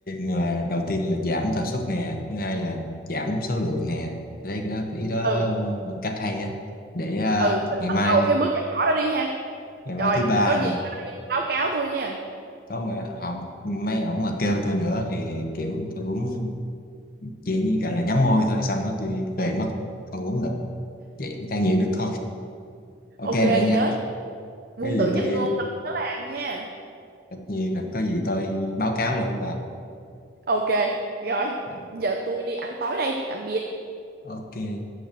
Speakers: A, on the left (about 50°); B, on the right (about 55°).
A: là đầu tiên là giảm tần suất nè, thứ hai là giảm số lượng nè. Tôi thấy cái đó, cái ý đó
B: Ừ,
A: là cách hay á. Để à,
B: ừ, mình
A: ngày
B: bắt
A: mai
B: đầu cái
A: đi,
B: bước nhỏ nhỏ đó đi ha.
A: ngày mai
B: Rồi,
A: thứ ba
B: có gì
A: nè,
B: mai báo cáo tôi nha.
A: có mà họ mấy ổng mà kêu tôi nữa thì kiểu tôi uống chỉ như gọi là nhắm môi thôi, xong đó tôi về mất, không uống nữa. Vậy mới cai nghiện được thôi. Ok
B: Ok,
A: bạn nha.
B: nhớ quân
A: Cái gì
B: tử nhất
A: tôi
B: ngôn đó, nhớ làm nha.
A: tất nhiên là có gì tôi báo cáo lại với bà.
B: Ok, rồi,
A: Ờ,
B: giờ tôi đi ăn tối đây. Tạm biệt.
A: Ok.